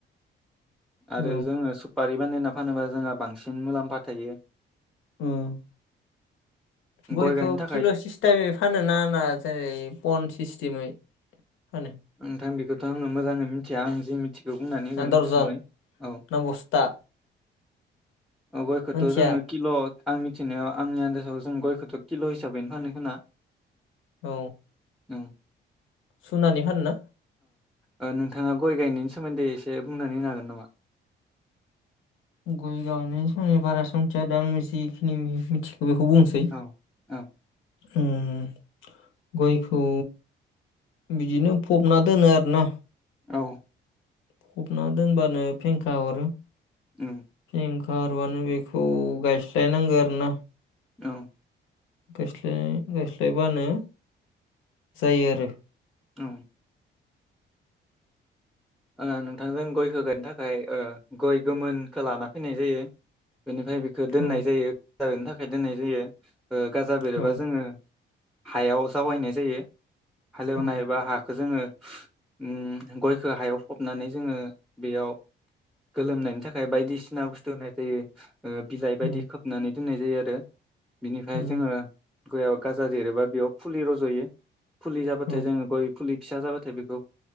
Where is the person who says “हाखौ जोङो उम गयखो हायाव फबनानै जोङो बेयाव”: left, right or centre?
Centre